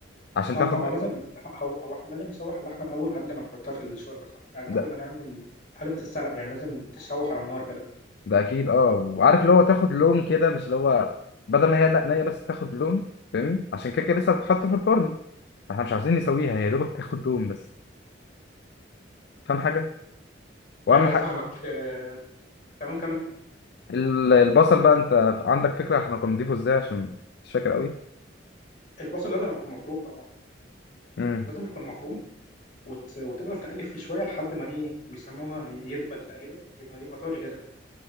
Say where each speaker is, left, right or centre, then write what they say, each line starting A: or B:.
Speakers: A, on the left; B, on the left.
A: عشان
B: اه
A: تاخد
B: طبعا لازم هو هو احنا لازم نشوح اللحمه الاول قبل ما نحطها في الشوربه صح يعني قبل
A: ده
B: ما نعمل قبل ما تتسلق يعني لازم تشوح على النار كده
A: ده اكيد اه وعارف اللي هو تاخد لون كده مش اللي هو بدل ما هي لا نيه بس تاخد لون فاهم عشان كده كده لسه هتتحط في الفرن احنا مش عاوزين نسويها هي يا دوبك تاخد دهون بس فاهم حاجه واهم
B: آه
A: حاجه
B: فاهمك آه تمام كمل
A: ال- البصل بقى انت عندك فكره احنا كنا بنضيفه ازاي عشان مش فاكر قوي
B: البصل لازم يكون مفروم طبعا
A: امم
B: لازم يكون مفروم وت... وتفضل تقلب فيه شويه لحد ما ايه بيسموها يدبل تقريبا يبقى يبقى طري كده